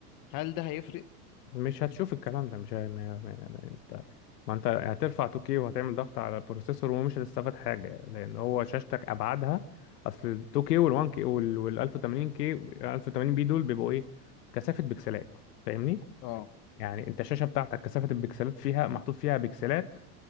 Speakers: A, on the left; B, on the left.
A: هل ده هيفرق؟
B: مش هتشوف الكلام ده مش ه- ما- ما- يعني انت ما انت هترفع 2K وهتعمل ضغط على البروسيسور ومش هتستفاد حاجة لان هو شاشتك ابعادها اصل ال 2K وال 1K وال وال 1080K 1080 بي دول بيبقوا ايه كثافة بكسلات فاهمني
A: اه
B: يعني انت الشاشة بتاعتك كثافة البكسلات فيها محطوط فيها بكسلات